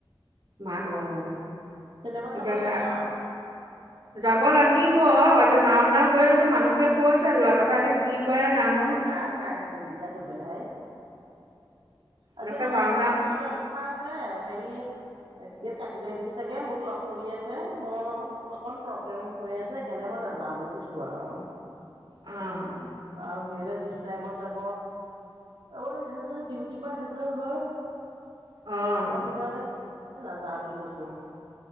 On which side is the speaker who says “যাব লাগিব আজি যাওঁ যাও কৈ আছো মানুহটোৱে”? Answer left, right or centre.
Right